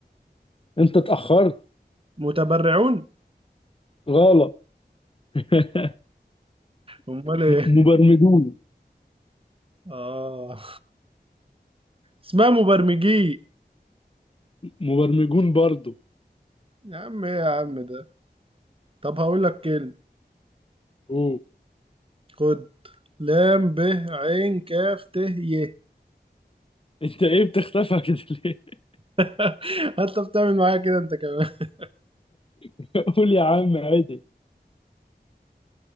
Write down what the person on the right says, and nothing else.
متبرعون
امال ايه
اه اسمها مبرمجي
يا عم ايه يا عم ده طب هقول لك كلمه
خد لام ب عين كاف ت ي
<laughs> انت بتعمل معايا كده انت كمان